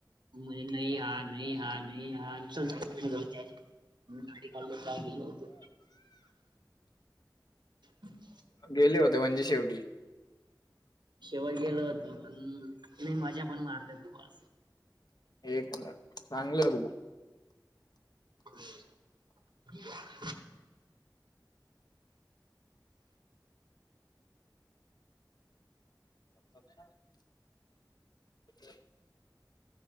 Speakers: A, on the right; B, on the left.
A: म्हणजे नाही हा नाही हा नाही हा म्हणलं चल जाऊ. म्हणुन गाडी काढली काल गेलो होतो. हम् <unintelligible>
B: गेले होते म्हणजे शेवटी.
A: शेवट गेलो होतो, पण लय मजा पण मारली होती बॉस.
B: एक नंबर चांगलं.
A: <inaudible>
B: <inaudible>